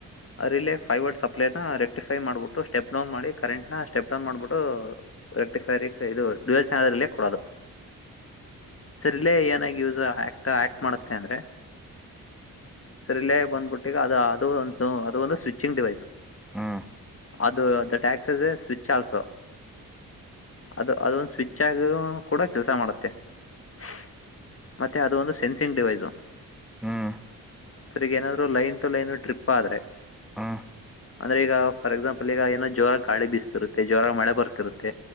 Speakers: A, on the left; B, in the centre.
A: ರಿಲೆ ಫೈವಡ್ ಸಪ್ಲೈನ ರೆಕ್ಟಿಫೈ ಮಾಡ್ಬಿಟ್ಟು ಸ್ಟೆಪ್ ಡೌನ್ ಮಾಡಿ ಕರೆಂಟ್ ನ ಸ್ಟೆಪ್ ಡೌನ್ ಮಾಡ್ಬಿಟ್ಟೂ ರೆಕ್ಟಿಫೈರಿ ಕ್ ಇದು ಡುಯೆಲ್ <unintelligible> ಕೊಡೋದು ಸರ್ ಇಲ್ಲೇ ಏನಾಗಿ ಯೂಸ್ ಹ್ಯಾಕ್ಟ್ ಆಕ್ಟ್ ಮಾಡುತ್ತೆ ಅಂದ್ರೆ ಸರಿಲೇ ಬಂದ್ಬಿಟ್ಟ ಈಗ ಅದ ಅದು ಒಂದು ಅದು ಒಂದು ಸ್ವಿಚ್ಚಿಂಗ್ ಡಿವೈಸ್
B: ಹ್ಮ್
A: ಅದ the tax is a switch also ಅದ ಅದೊಂದು ಸ್ವಿಚ್ ಆಗಿಯೂ ಕೂಡ ಕೆಲಸ ಮಾಡುತ್ತೆ <unintelligible> ಮತ್ತೆ ಅದು ಒಂದು ಸೆನ್ಸಿಂಗ್ ಡಿವೈಸು
B: ಹ್ಮ್.
A: ಸರ್ ಇಗ ಏನಾದ್ರು ಲೈನ್ ಟು ಲೈನ್ ಟ್ರಿಪ್ ಆದ್ರೆ
B: ಹ್ಮಾ.
A: ಅದ್ರೆ ಈಗ ಫಾರ್ ಎಕ್ಸಾಂಪಲ್ ಈಗ ಏನೋ ಜೋರಾಗಿ ಗಾಳಿ ಬಿಸ್ತಿರುತ್ತೆ ಜೋರಾಗಿ ಮಳೆ ಬರ್ತಿರುತ್ತೆ